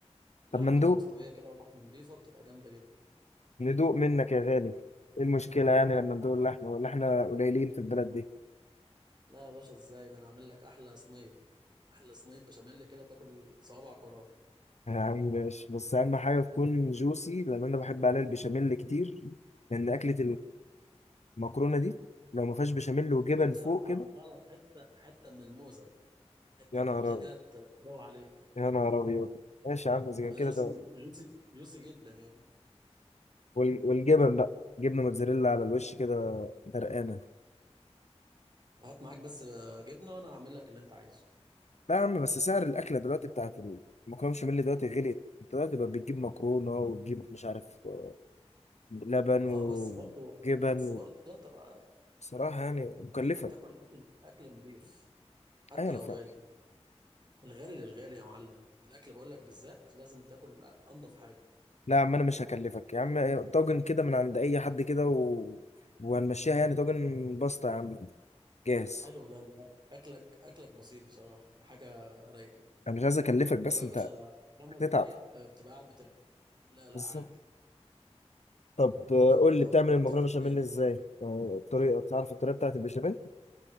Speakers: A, on the right; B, on the left.
A: لحمه
B: طب ما ندوق
A: لو مستويه كده ولحمه نضيفه بتبقى جامده جدا
B: ندوق منك يا غالي ايه المشكلة يعني
A: انا
B: لما
A: بقى
B: ندوق اللحمة ولا احنا قليلين في البلد دي
A: لا يا باشا ازاي ده انا هعمل لك احلى صينيه احلى صينيه بشاميل كده تاكل صوابعك وراها
B: يا عم ماشي بس أهم حاجة تكون جوسي لأن أنا بحب عليها البشاميل كتير لأن أكلة المكرونة دي لو ما فيهاش بشاميل وجبن
A: يا باشا
B: فوق
A: هقطع
B: كده
A: لك حته حته من الموزه حته
B: يا
A: من
B: نهار
A: الموزه
B: أبيض
A: كده ت- تروق عليك
B: يا نهار أبيض ماشي يا عم إذا
A: تبقى
B: كان كده
A: جوسي
B: ده-
A: جوسي جوسي جدا يعني
B: وال- والجبن بقى جبنة موتزاريلا على الوش كده غرقانة
A: هات معاك بس آه، جبنه وانا هعمل لك اللي انت عايزه
B: لا يا عم بس سعر الاكله دلوقتي بتاعت المكرونه بشاميل دلوقتي غليت انت دلوقتي بقى بتجيب مكرونه وتجيب مش عارف آه، لبن
A: اه
B: وجبن
A: بس برضو بس
B: و...
A: برضو انت بقى
B: بصراحه يعني مكلفه
A: انت بتاكل اكل اكل نضيف حتى
B: ايوه انا
A: لو
B: فاهم
A: غالي الغالي للغالي يا معلم الاكل بقول لك بالذات لازم تاكل انضف حاجه
B: لا يا عم انا مش هكلفك يا عم طاجن كده من عند اي حد كده و... وهنمشيها يعني طاجن بسطه يا عم جاهز
A: حلو ده انت اكلك اكلك بسيط بصراحه حاجه رايقه
B: انا مش عايز اكلفك بس
A: اللي هو يا
B: انت
A: باشا خمس
B: هتتعب
A: دقايق آه، بتبقى قاعد بتاكل لا لا
B: بالظبط
A: عادي
B: طب آه، قول
A: اه
B: لي بتعمل
A: وبتاكل
B: المكرونه بشاميل
A: ايه تاني
B: ازاي آه، الطريقه تعرف الطريقه بتاعت البشاميل